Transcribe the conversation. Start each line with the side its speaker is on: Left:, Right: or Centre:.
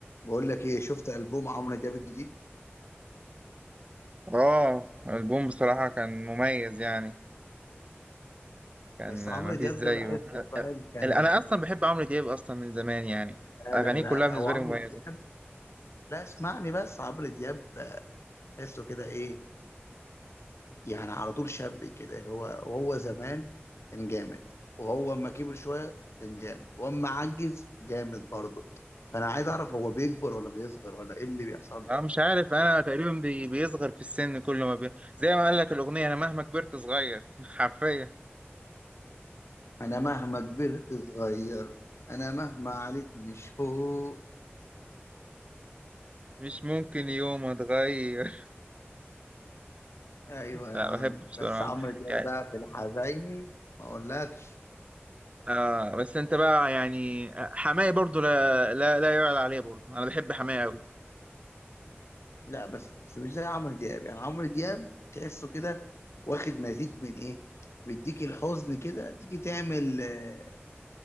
Left: بقول لك ايه شفت البوم عمرو دياب الجديد
Right: اه البوم بصراحة كان مميز يعني كان
Left: بس عمرو
Right: مفيش
Left: دياب
Right: زيه
Left: ده بحسه فعلا كان
Right: انا اصلا بحب عمرو دياب اصلا من زمان يعني
Left: لا
Right: اغانيه
Left: لا لا
Right: كلها
Left: لا
Right: بالنسبة
Left: هو عمرو
Right: لي مميزة
Left: دياب لا اسمعني بس عمرو دياب بحسه كده ايه يعني على طول شاب كده اللي هو وهو زمان كان جامد وهو اما كبر شويه كان جامد واما عجز جامد برضه فانا عايز اعرف هو بيكبر ولا بيصغر ولا ايه اللي بيحصل
Right: انا
Left: له
Right: مش عارف انا تقريبا بي- بيصغر في السن كل ما بي... زي ما قال لك الاغنية انا مهما كبرت صغير <laughs> حرفيا
Left: انا مهما كبرت صغير انا مهما عليك مش فوق
Right: مش ممكن يوم اتغير
Left: ايوه
Right: <laughs>
Left: يا
Right: لا
Left: عم
Right: بحبه بصراحة
Left: بس عمرو دياب
Right: يعني
Left: بقى في الحزيني ما اقولكش
Right: آه بس انت بقى يعني حماية برضو لا لا لا يعلى عليه برضو انا بحب حماية قوي
Left: لا بس مش زي عمرو دياب يعني عمرو دياب تحسه كده واخد مزيج من ايه بيديك الحزن كده تيجي تعمل آه،